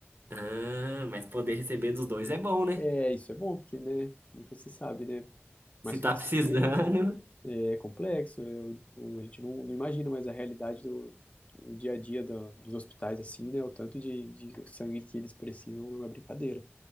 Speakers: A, on the right; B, on the left.
A: Ah, mas poder receber dos dois é bom, né?
B: É, isso é bom, porque, né, nunca se sabe, né? Mas
A: Se tá
B: que a gente
A: <laughs> precisando.
B: se cuida. é complexo, eu- o- a gente não, não imagina, mais a realidade do o dia a dia da- dos hospitais, assim, né? O tanto de, de sangue que eles precisam não é brincadeira.